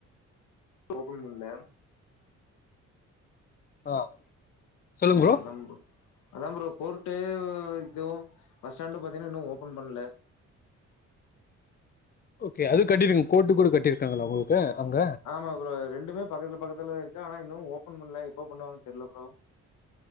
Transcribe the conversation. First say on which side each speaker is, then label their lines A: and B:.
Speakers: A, on the left; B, on the left.
A: ஓபன் பண்ல
B: ஆ சொல்லுங்க
A: ஆ
B: ப்ரோ
A: நம்பு அதான் ப்ரோ கோர்ட்டே இது பஸ் ஸ்டாண்டு பாத்தீங்கன்னா இன்னு ஓபன் பண்ணல
B: ஓகே அது கட்டிருக்காங்க கோர்ட்டு கூட கட்டிருக்காங்களா உங்களுக்கு அங்க
A: ஆமா புரோ ரெண்டுமே பக்கத்துல பக்கத்துலதா இருக்கு ஆனா இன்னு ஓபன் பண்ல எப்போ பண்ணுவாங்கன்னு தெர்ல புரோ